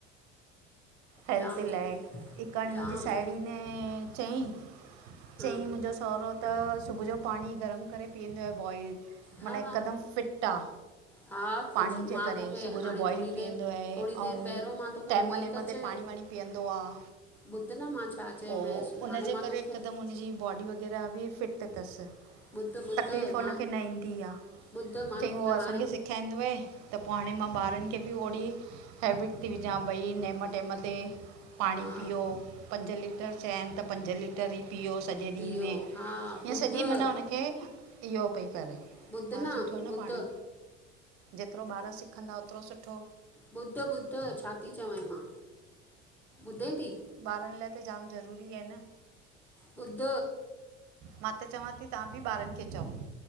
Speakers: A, on the right (about 50°); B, in the centre.
A: हेल्थ
B: जाम च
A: लाए हिकु हाणे मुंहिंजी
B: जाम
A: साहेड़ी ने चई
B: हा
A: चईं मुंहिंजो, सहुरो। त सुबुह जो पाणी गरम करे पीअंदो आ बॉइल
B: हा
A: मना हिकदम
B: हा
A: फिट आ।
B: हा त
A: पाणी
B: ज-
A: जे
B: मां
A: करे
B: तोखे
A: सुबुह
B: हाणे
A: जो बॉइल
B: थोरी
A: पीअंदो
B: देरि
A: आहे
B: थोरी देरि
A: आऊ
B: पहिरियों मां तोखे
A: टाइम
B: उहा
A: मन
B: ई त चयो
A: ते में। पाणी वाणी पीअंदो आ
B: ॿुध न मां छा चयोमांसि
A: पो उनजे
B: हाणे मां
A: करे
B: तोखे
A: हिकदम उनजी बॉडी वग़ैरह। मेरा बि फिट थस।
B: ॿुध ॿुध
A: तकलीफ़ हुनखे
B: मां
A: न ईंदी आ
B: ॿुध मां
A: चयईं
B: तोखे
A: उअ असां
B: हाणे
A: सिख। खाईदो आ, त पो हाणे मां ॿारन खे बि ओड़ी हैबिट थी विजां भई नेमट। टेम ते पाणी
B: हा
A: पीओ पंज लीटर चया आहिन त पंज लीटर ई। पीओ सॼे
B: पीओ
A: ॾींहं में
B: हा
A: ईअं
B: ॿुध
A: सॼी मना हुनखे इहो पई करे।
B: ॿुध
A: मां सुठो न
B: ॿुध
A: पाण, जेतरो ॿार सिखंदा ओतरो सुठो।
B: ॿुधो ॿुधो छा थी चवांय मां ॿुधे थी?
A: ॿारन लाइ त जाम ज़रूरी आहे न।
B: बुध।
A: मां त चवां थी तां बि ॿारन खे चओ।